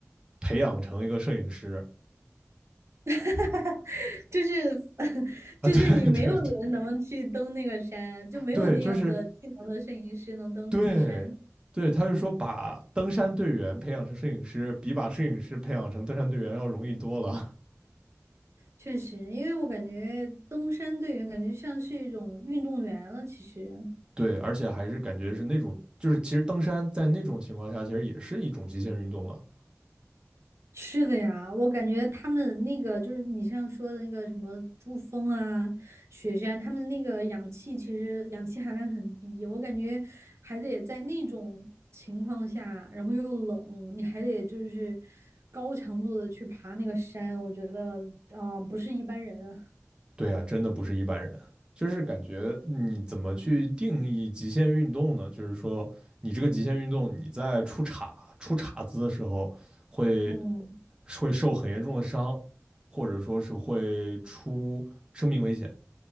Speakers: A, on the right; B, on the right.
A: 培养成一个摄影师
B: <laughs> 就是 <laughs>
A: 啊，
B: 就是你没有人能去登那个山，
A: 对对对
B: 就没有那样的技能的摄影师能登那个山。
A: 对，就是对，对，他就说把登山队员培养成摄影师，比把摄影师培养成登山队员要容易多了。
B: 确实，因为我感觉登山队员感觉像是一种运动员了。其实
A: <laughs> 对，而且还是感觉是那种，就是其实登山在那种情况下，其实也是一种极限运动了。
B: 是的呀，我感觉他们那个就是你像说的那个什么珠峰啊、雪山，他们那个氧气其实氧气含量很低，我感觉还得在那种情况下，然后又冷，你还得就是高强度的去爬那个山，我觉得啊、不是一般人啊。
A: 对啊，真的不是一般人，就是感觉你怎么去定义极限运动呢？就是说，你这个极限运动，你在出岔出岔子的时候会
B: 嗯
A: 会受很严重的伤，或者说是会出生命危险。